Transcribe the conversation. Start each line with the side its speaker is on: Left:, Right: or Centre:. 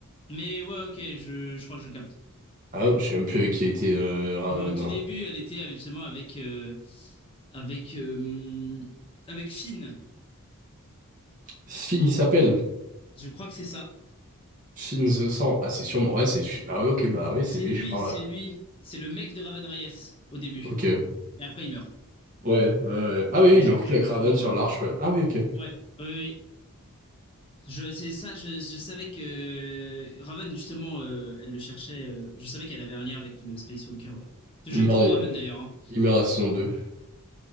Left: Mais ouais, ok, je, je crois que je capte.
Right: Ah, je sais même plus avec qui a été euh, Raven.
Left: Au tout
Right: là.
Left: début, elle était avec- justement avec, euh, avec, euh, avec Finn.
Right: Finn, il s'appelle.
Left: Je crois que c'est ça.
Right: Shin the Sang. Ah, c'est sûrement. Ouais, c'est. Ah, ouais, ok, bah oui, c'est
Left: C'est
Right: lui,
Left: lui,
Right: je parle.
Left: c'est lui. C'est le mec de Raven Reyes au début.
Right: Ok. Je
Left: Mais après, il meurt.
Right: Ouais, ouais, ouais. Ah, oui,
Left: Donc,
Right: oui,
Left: Je
Right: il
Left: sais
Right: est en
Left: plus,
Right: couple
Left: il
Right: avec
Left: meurt
Right: Raven
Left: quand.
Right: sur
Left: euh,
Right: l'arche, ouais. Ah, oui, ok.
Left: Ouais, oui, oui. oui. Je, c'est ça, je, je savais que Raven, justement, euh, elle le cherchait. euh, je savais qu'elle avait un lien avec le Space Walker, ouais. J'aime
Right: Il meurt,
Left: trop
Right: euh,
Left: Raven d'ailleurs. Hein.
Right: il meurt à la saison 2,